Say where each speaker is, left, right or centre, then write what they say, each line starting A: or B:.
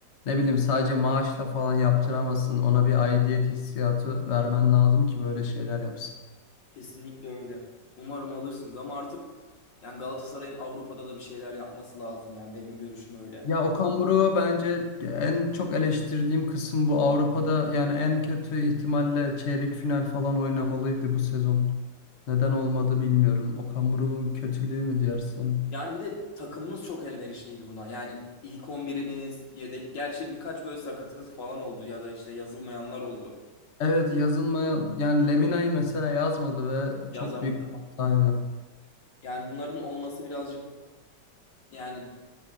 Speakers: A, on the left; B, on the left.
A: ne bileyim sadece maaşla falan yaptıramazsın. Ona bir aidiyet hissiyatı vermen lazım ki böyle şeyler yapsın.
B: Kesinlikle öyle. Umarım alırsınız ama artık yani Galatasaray'ın Avrupa'da da bir şeyler yapması lazım yani benim görüşüm öyle.
A: Ya Okan Buruk'u bence en çok eleştirdiğim kısım bu. Avrupa'da yani en kötü ihtimalle çeyrek final falan oynamalıydı bu sezon. Neden olmadı bilmiyorum. Okan Buruk'un kötülüğü mü dersin?
B: Yani bir de takımınız çok elverişliydi buna. Yani ilk on biriniz, yedek gerçi birkaç böyle sakatınız falan oldu ya da işte yazılmayanlar oldu.
A: Evet yazılmaya yani Lemina'yı mesela yazmadı ve
B: Yazamadı.
A: çok büyük bir hataydı.
B: Yani bunların olması birazcık Yani